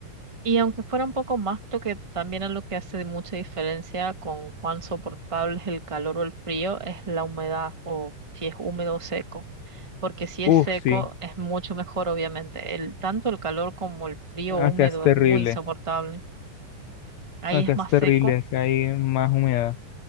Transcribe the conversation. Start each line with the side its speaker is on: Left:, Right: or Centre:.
Right: Y aunque fuera un poco más, creo que también es lo que hace mucha diferencia con cuán soportable es el calor o el frío, es la humedad o si es húmedo o seco. porque si
Left: Uf,
Right: es seco
Left: sí,
Right: es mucho mejor, obviamente. El, tanto el calor como el frío húmedo
Left: acá es terrible,
Right: es muy insoportable. Ahí
Left: acá
Right: es
Left: es
Right: más
Left: terrible,
Right: seco.
Left: acá hay más humedad.